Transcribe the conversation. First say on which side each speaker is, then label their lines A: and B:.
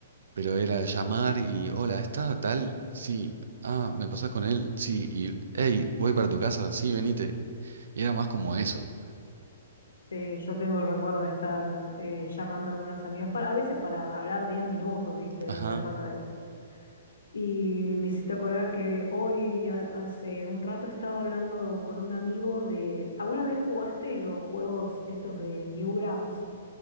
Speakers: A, on the right; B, on the left.
A: pero era llamar y, hola, ¿está tal? Sí. Ah, ¿me pasás con él? Sí. Y, hey, ¿voy para tu casa? Sí, venite. Y era más como eso.
B: Eh, yo tengo el recuerdo de estar eh, llamando a algunas amigas, para, a veces para hablar 10 minutos, ¿viste? No
A: Ajá.
B: hacía falta de... Y me hiciste acordar que hoy, ha- hace un rato, estaba hablando con un amigo de... ¿Alguna vez jugaste los juegos estos de Newgrounds?